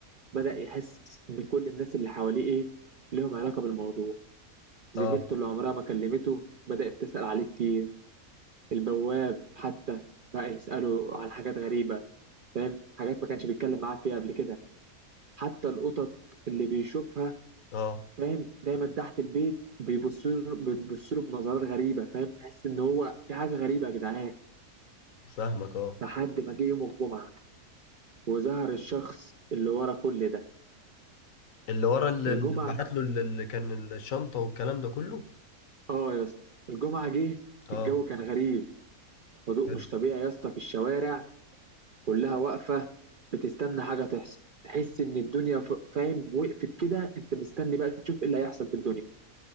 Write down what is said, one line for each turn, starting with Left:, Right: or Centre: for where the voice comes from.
Right: بدأ يحس ان كل الناس اللي حواليه ايه لهم علاقه بالموضوع زميلته
Left: أه
Right: اللي عمرها ما كلمته بدأت تسأل عليه كتير البواب حتى بقى يسأله على حاجات غريبة فاهم حاجات ما كانش بيتكلم معاه فيها قبل كده حتى القطط اللي بيشوفها
Left: أه
Right: فاهم دايما تحت البيت بيبصوا له بيبصوا له بنظرات غريبة فاهم تحس إن هو في حاجة غريبة يا جدعان
Left: فاهمك أه
Right: لحد ما جه يوم الجمعة وظهر الشخص اللي ورا كل ده
Left: اللي ورا اللي
Right: الجمعة
Left: اللي بعت له اللي اللي كان الشنطة والكلام ده كله
Right: آه يا اسطى الجمعة جه
Left: أه
Right: الجو كان غريب هدوء
Left: حلو
Right: مش طبيعي يا اسطى في الشوارع كلها واقفة بتستنى حاجة تحصل تحس إن الدنيا ف- فاهم وقفت كده أنت مستني بقى تشوف إيه اللي هيحصل في الدنيا